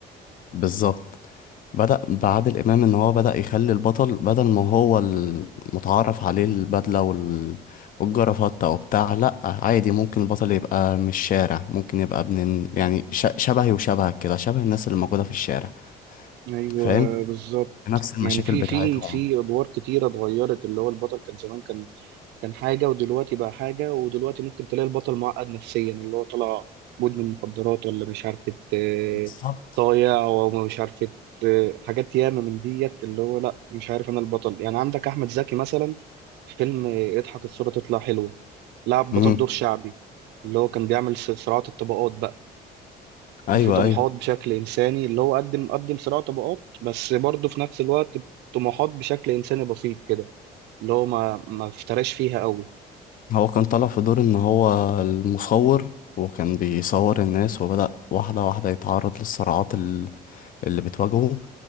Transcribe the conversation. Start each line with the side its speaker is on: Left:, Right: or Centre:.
Left: بالظبط بدأ بعادل إمام إن هو بدأ يخلي البطل بدل ما هو المتعارف عليه البدلة وال- والجرافطة وبتاع لأ عادي ممكن البطل يبقى من الشارع ممكن يبقى ابن ال- يعني ش- شبهي وشبهك كده شبه الناس اللي موجودة في الشارع
Right: ايوه
Left: فاهم
Right: بالظبط
Left: نفس المشاكل
Right: يعني في
Left: بتاعتهم
Right: في في ادوار كتيره اتغيرت اللي هو البطل كان زمان كان كان حاجه ودلوقتي بقى حاجه ودلوقتي ممكن تلاقي البطل معقد نفسيا اللي هو طلع مدمن مخدرات ولا مش عارفه آه،
Left: بالظبط
Right: طايع ومش عارفه آه، حاجات ياما من ديت اللي هو لا مش عارف انا البطل يعني عندك احمد زكي مثلا في فيلم آه، اضحك الصوره تطلع حلوه لعب
Left: امم
Right: بطل دور شعبي اللي هو كان بيعمل صراعات الطبقات بقى
Left: أيوه
Right: وفي طموحات
Left: أيوه
Right: بشكل انساني اللي هو قدم قدم صراع طبقات بس برضه في نفس الوقت طموحات بشكل انساني بسيط كده اللي هو ما ما افتراش فيها قوي
Left: هو كان طالع في دور إن هو المصور وكان بيصور الناس وبدأ واحدة واحدة يتعرض للصراعات اللي بتواجهه